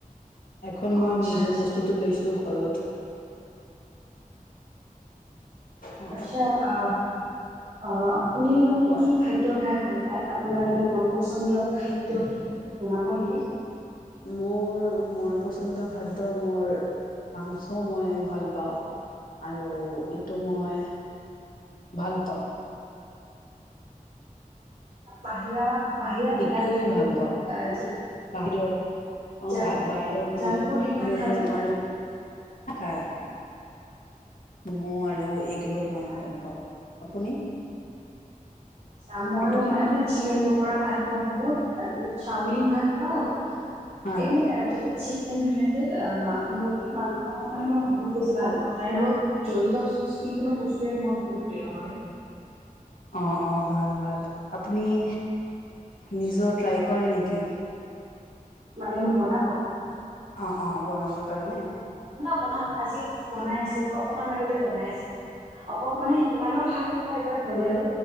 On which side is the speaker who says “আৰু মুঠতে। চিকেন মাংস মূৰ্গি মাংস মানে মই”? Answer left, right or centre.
Right